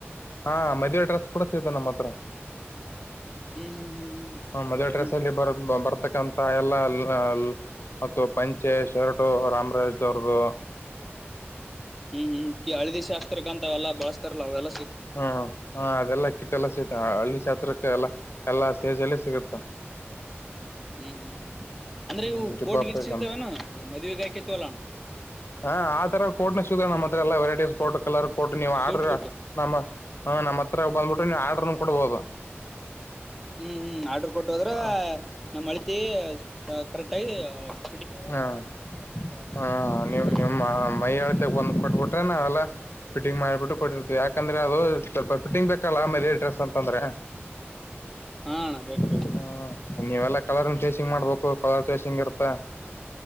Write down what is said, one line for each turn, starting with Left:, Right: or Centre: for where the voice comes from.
Left: ಹಾ ಮದ್ವೆ ಡ್ರಸ್ ಕೂಡ ಸಿಗತ ನಮ್ಮ ಹತ್ರ.
Centre: ಹ್ಮ್ ಹ್ಮ್ ಹ್ಮ್
Left: ಹ ಮದರ್
Centre: ಹೌದೇನ
Left: ಡ್ರೆಸ್ ಅಲ್ಲಿ ಬರೋ ಬರ್ತಕ್. ಸ್ಟಂತ ಎಲ್ಲ ಅಲ್ಲ ಅಲ್ ಮತ್ತು ಪಂಚೆ ಶರ್ಟ ರಾಮರಾಜ್ ಅವ್ರದು.
Centre: ಹ್ಮ್ ಹ್ಮ್ ಹಳದಿ ಶಾಸ್ತ್ರಕ್ಕ ಅಂತ ಅವೆಲ್ಲ ಬಳಸ್ತಾರಲ್ಲ ಅವೆಲ್ಲ
Left: ಹ್ಮ ಹ ಅದೆಲ್ಲ ಕಿಟ್ಟ ಎಲ್ಲ ಸಿಗುತ್ತೆ ಹಳ್ಳಿ ಶಾಸ್ತ್ರಕ್ಕೆ ಎಲ್ಲಾ ಎಲ್ಲಾ ಸ್ಮೆಜ್ ಎಲ್ಲ ಸಿಗುತ್ತ.
Centre: ಹ್ಮ್ ಹ್ಮ್ ಹ್ಮ್. ಅಂದ್ರೆ
Left: ಹ್ಮ್
Centre: ಇವು
Left: ಜುಬ್ಬಾ
Centre: ಕೋರ್ಟ್ ಗಿಟ್
Left: ಪೈಜಾಮ
Centre: ಸಿಗ್ತವನ ಮದ್ವೆಗೆ ಹಾಕುತ್ತೇವಲ್ಲ
Left: ಹಾ ಆ ತರ ಕೋಟು ಸಿಗುದ್ರ ನಮ್ ಹತ್ರ ಎಲ್ಲ ವೆರೈಟೀಸ್ ಕೋಟು ಕಲರ್. ಕೊಟ್ಟು ನೀವು
Centre: ಸೂಟ್
Left: ಆರ್ಡ್ರ
Centre: ಬೂಟ್
Left: ನಮ್ಮ ಹಾ ನಮ್ಮ ಹತ್ರ ಬಂದುಬಿಟ್ಟು ನೀವು ಆಡರ್ ಕೊಡ್ಬೋದು
Centre: ಹ್ಮ್ ಹ್ಮ್ ಆಡ್ರು ಕೊಟ್ಟ ಹೋದ್ರೆ
Left: ಹ
Centre: ನಮ್ಮ್ ಅಳತೆ ಕರೆಕ್ಟ್ ಆಗಿ ಹ
Left: ಹ್ಮ ಹಾ ನೀವು
Centre: ಹ್ಮ್
Left: ನಿಮ್ಮ್ ಮೈ ಅಳತೆ ಬಂದು ಕೊಟ್ಬಿಟ್ರೆ ನಾವೆಲ್ಲ ಫಿಟಿಂಗ್ ಮಾಡಿಬಿಟ್ಟು ಕೊಟ್ಟಿರ್ತೇವಿ ಯಾಕಂದ್ರೆ ಅದು ಸ್ವಲ್ಪ ಫಿಟಿಂಗ್ ಬೇಕಲ್ಲ ಆಮೇಲೆ ಈ ಡ್ರೆಸ್ ಅಂತ ಅಂದ್ರೆ
Centre: ಹಾ ಅಣ್ಣ ಬೇಕ್ ಬೇಕ್
Left: ಹ್ಮ
Centre: ಮತ್ತ
Left: ನೀವೆಲ್ಲ ಕಲರ್. <unintelligible> ಇಂಗ್ ಮಾಡ್ಬೇಕು ಕಲರ್ ಫೇಸಿಂಗ್ ಇರುತ್ತೇ